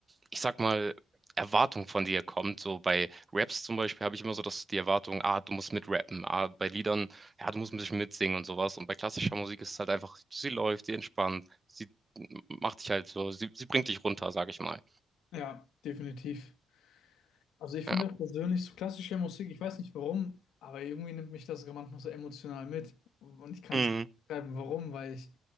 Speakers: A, on the right; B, on the left.
A: ich sag mal, Erwartung von dir kommt. So bei Raps zum Beispiel habe ich immer so dass die Erwartung, ah, du musst mitrappen. Ah, bei Liedern, ja, du musst ein bisschen mitsingen und sowas. Und bei klassischer Musik ist es halt einfach, sie läuft, sie entspannt, sie macht dich halt so, sie, sie bringt dich runter, sag ich mal.
B: Ja, definitiv. Also ich
A: Ja.
B: finde auch persönlich so klassische Musik, ich weiß nicht warum, aber irgendwie nimmt mich das sogar manchmal so emotional mit. Und ich kann
A: Mhm.
B: es beschreiben, warum, weil ich